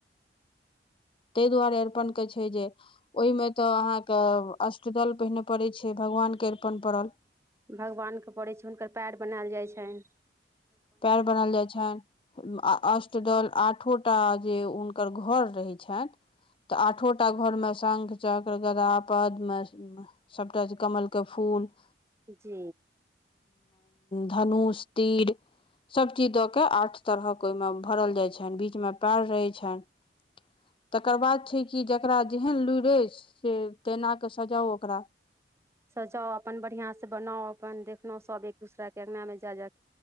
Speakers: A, on the left; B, on the right.
A: द्वारे अरिपन के छैय जे ओहिमे तऽ अहाँके अष्टदल पहिने पड़े छैय भगवान के पन पड़ल
B: भगवान के पड़े छैय हुनकर पैर बना छैन
A: पैर बनाल जाइ छनि अष्ट दल आठ आठोटा जे हुनकर घर रहै छनि तऽ आठो टा घरमे शंख चक्र गदा पदम सभटा कमलके फूल
B: जी
A: धनुष तीर सभ चीज दऽ केऽ आठ तरहक ओहिमे भरल जाइ छनि बीचमे पैर रहै छनि तकर बाद छै कि जकरा जेहन लुड़ि अछि से तेना कऽ सजाउ ओकरा
B: सजाउ अपन बढ़ियां सँ बनाउ अपन देखलहु सभ एक दूसरा के अंगना मे जा जाक